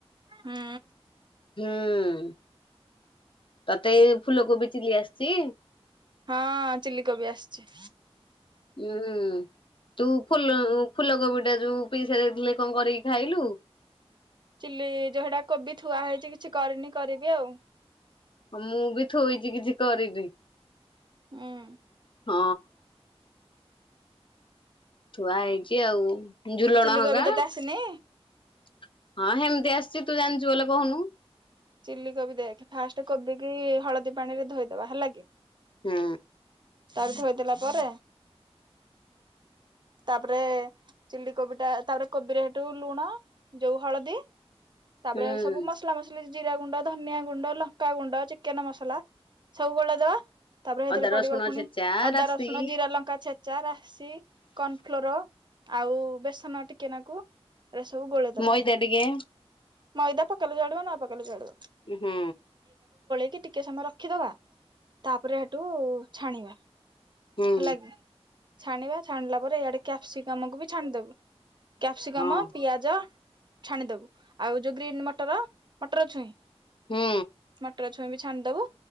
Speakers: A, on the right; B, on the left.
A: ହୁଁ
B: ହୁଁ। ତତେ ଫୁଲ କୋବି ଚିଲି ଆସିଚି।
A: ହଁ ଚିଲିକୋବି ଆସିଚି।
B: ଉଁ ତୁ ଫୁଲ ଫୁଲକୋବି ଟା ଯୋଉ ପିଇସା ଦେଇଥିଲେ କଣ କରିକି ଖାଇଲୁ?
A: ଚିଲି ଯେ ହେଟା କୋବି ଥୁଆ ହେଇଚି କିଛି କରିନି କରିବି ଆଉ।
B: ମୁଁ ବି ଥୋଇଚି କିଛି କରିନି।
A: ଉଁ
B: ହଁ। ଥୁଆ ହେଇଚି ଆଉ ଝୁଲଣ
A: ଚିଲି
B: ହୋଗା
A: କୋବି ତତେ
B: ହଁ
A: ଆସିନି
B: ହେମିତି ଆ ସିଚି ତୁ ଜାଣିଚୁ ବୋଲେ କୋହୁନୁ।
A: ଚିଲିକୋବି ଦେଖେ ଫାଷ୍ଟ କୋବି କି ହଳଦୀ ପାଣି ରେ ଧୋଇଦବା ହେଲା କି।
B: ହୁଁ।
A: ତାପରେ ଧୋଇଦେଲା ପରେ ତାପରେ ଚିଲି କୋବି ଟା ତାପରେ କୋବିରେ ହେଠୁ ଲୁଣ ଯୋଉ ହଳଦୀ ତାପରେ
B: ହୁଁ
A: ସବୁ ମସଲା ମସଲି ଜିରା ଗୁଣ୍ଡ ଧନିଆଁ ଗୁଣ୍ଡ ଲଙ୍କା ଗୁଣ୍ଡ ଚିକେନ ମସଲା ସବୁ ଗୋଳେଇ ଦବା। ତାପରେ ହେଥିରେ
B: ଅଦା
A: ପଡିବ
B: ରସୁଣ
A: ପୁଣି
B: ଛେଚା
A: ଅଦା
B: ରାଶି
A: ରସୁଣ ଜିରା ଲଙ୍କା ଛେଚା ରାଶି କର୍ଣ୍ଣଫ୍ଲୋର। ଆଉ ବେସନ ଟିକେ ନାକୁ। ଏରା ସବୁ ଗୋଳେଇଦବା
B: ମଇଦା ଟିକେ।
A: ମଇଦା ପକେଇଲେ ଚଳିବ ନ ପକେଇଲେ ଚଳିବ।
B: ହୁଁ।
A: କି ଟିକେ ସମୟ ରଖିଦବା ତାପରେ ହେଠୁ ଛାଣିବା।
B: ହୁଁ
A: ହେଲା କିି ଛାଣିବା ଛାଣିଲା ପରେ ଇଆଡେ କ୍ୟାପସିକମକୁ ବି ଛାଣିଦବୁ। କ୍ୟାପ୍ସିକମ
B: ହଁ
A: ପିଆଜ ଛାଣିଦବୁ ଆଉ ଯୋଉ ଗ୍ରୀନ୍ ମଟର ମଟର ଛୁଇଁ।
B: ହୁଁ
A: ମଟର ଅଛି। <unintelligible> ଛାଣିଦବୁ